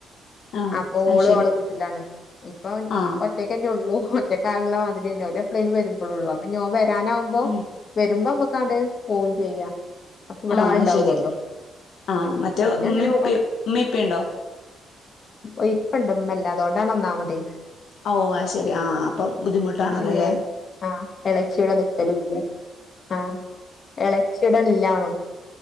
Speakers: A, on the left; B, on the left.
A: ആഹ്
B: അപ്പൊ
A: അത്
B: ഓളോളെ
A: ശരി
B: വീട്ടിലാണ് ഇപ്പൊ
A: ആഹ്
B: ഒറ്റക്കെല്ലള്ളൂ <unintelligible> മാതിരി <unintelligible> വരുമ്പോഴള്ളൂ അപ്പൊഞാ വരാനാവുമ്പോ
A: ഉം
B: വരുമ്പോ കടേൽ പോവും ചെയ്യ അപ്പ ഇവിടെ
A: ആഹ്
B: ആളുണ്ടാവുല്ലോ
A: അത് ശരി ആഹ്
B: മ്മ്
A: മറ്റേ
B: പിന്നെ
A: ഉമ്മയും
B: അങ്ങനെ
A: ഉപ്പയും ഉമ്മയും ഉപ്പയും ഉണ്ടോ
B: മ് ഇപ്പണ്ട് മ്മല്ലഅതോണ്ടാണ്ന്നാ മതെ
A: ഓഹ് അ ശെരി ആഹ് അപ്പം ബുദ്ധിമുട്ടാണല്ലോല്ലെ
B: പിന്നെ ആഹ് ഇളച്ചിയ്ടെ നിക്കലുല്ല ആഹ് എ ശേ വടെല്ലാനും